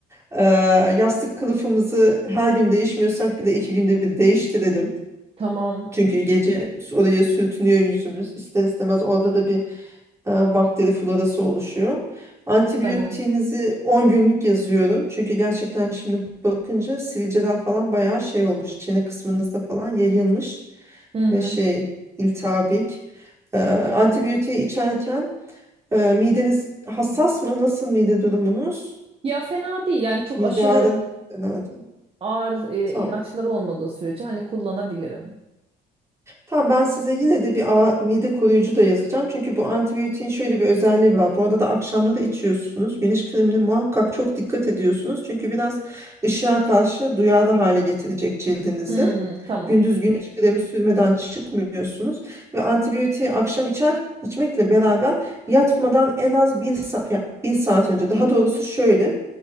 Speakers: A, on the right; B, on the right.
A: Ee, yastık kılıfımızı her gün değişmiyorsak bile iki günde bir değiştirelim.
B: Tamam.
A: Çünkü gece oraya sürtünüyor yüzümüz. İster istemez orada da bir e, bakteri florası oluşuyor. Antibiyotiğinizi
B: Tamam.
A: 10 günlük yazıyorum. Çünkü gerçekten şimdi bakınca sivilceler falan bayağı şey olmuş. Çene kısmınızda falan yayılmış
B: Hı hı.
A: ve şey iltihabik. E, antibiyotiği içerken e, mideniz hassas mı? Nasıl mide durumunuz?
B: Ya fena değil yani çok
A: Mide
B: aşırı
A: ağrın fena değil.
B: ağır e,
A: Tamam.
B: ilaçları olmadığı sürece hani kullanabilirim.
A: Tamam ben size yine de bir a, mide koruyucu da yazacağım. Çünkü bu antibiyotiğin şöyle bir özelliği var. Bu arada da akşamları içiyorsunuz. Güneş kremine muhakkak çok dikkat ediyorsunuz. Çünkü biraz ışığa karşı duyarlı hale getirecek cildinizi.
B: Hmm, tamam.
A: Gündüz güneş kremi sürmeden çıkmıyorsunuz. Ve antibiyotiği akşam içer, içmekle beraber yatmadan en az bir, sa ya bir saat önce. Daha doğrusu şöyle.